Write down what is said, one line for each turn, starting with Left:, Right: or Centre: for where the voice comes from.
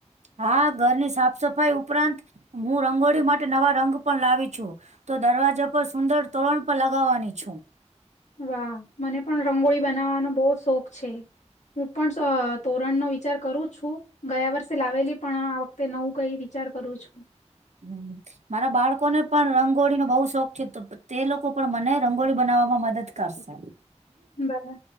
Right: હા ઘરની સાફ-સફાઈ ઉપરાંત હું રંગોળી માટે નવા રંગ પણ લાવી છું. તો દરવાજા પર સુંદર તોરણ પણ લગાવવાની છું.
Left: વાહ! મને પણ રંગોળી બનાવવાનો બહું શોખ છે. હું પણ અહ તોરણનો વિચાર કરું છું, ગયા વર્ષે લાવેલી પણ આ વખ ખતે નવું કંઈ વિચાર કરું છું.
Right: હમ્મ. મારા બાળકોને પણ રંગોળીનો બહુ શોખ છે તો તે લોકો પણ મને રંગોળી બનાવવામાં મદદ કરશે
Left: બરા